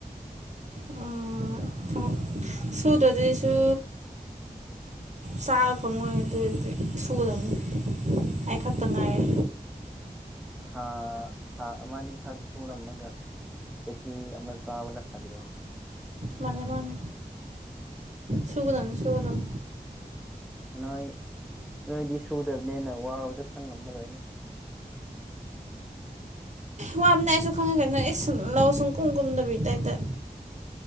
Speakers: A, on the right (about 50°); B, in the centre.
A: ꯑ ꯊꯃꯛ ꯁꯨꯗꯗꯤꯁꯨ ꯆꯥꯕ ꯐꯪꯉꯣꯏ ꯑꯗꯨꯗꯤ ꯁꯨꯒꯗꯕꯅꯤ
B: ꯎꯝ
A: ꯑꯩ ꯈꯛꯇ ꯉꯥꯏꯔꯦ
B: ꯊꯥ ꯊꯥ ꯑꯃꯅꯤ ꯑꯅꯤꯈꯛ ꯁꯨꯔꯝꯃꯒ ꯁ ꯍ ꯑꯃ ꯆ ꯋꯥꯕꯂ ꯐꯥꯜ꯭ꯔ
A: ꯃꯥꯅꯦ ꯃꯥꯅꯦ ꯁꯨꯒꯗ ꯁꯨꯒꯗꯝ
B: ꯅꯣꯏ ꯅꯣꯏꯗꯤ ꯁꯨꯗꯕꯅꯦꯅ ꯋꯥꯕꯗ ꯈꯪꯉꯝꯕ ꯂꯣꯏꯅꯦ
A: ꯋꯥꯕꯅ ꯑꯩꯁꯨ ꯈꯪꯉ ꯀ ꯅꯪ ꯑꯦ ꯁꯨꯝ ꯂꯧꯎ ꯁꯨꯝ ꯀꯨꯝ ꯀꯨꯝꯗꯕꯤ ꯇꯥꯏꯞꯇ